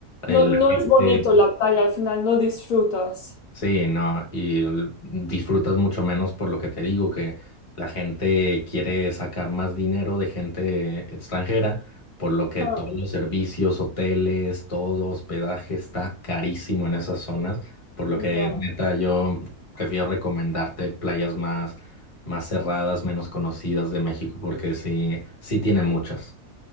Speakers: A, on the left; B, on the left.
A: eh,
B: No,
A: la
B: no
A: gente...
B: es bonito la playa, al final no disfrutas.
A: Sí, no, y l- disfrutas mucho menos por lo que te digo, que la gente quiere sacar más dinero de gente extranjera, por lo que
B: Ah,
A: todos los servicios, hoteles, todo hospedaje está carísimo en esas zonas, por lo
B: ya.
A: que neta yo prefiero recomendarte playas más, más cerradas, menos conocidas de México, porque sí, sí tiene muchas.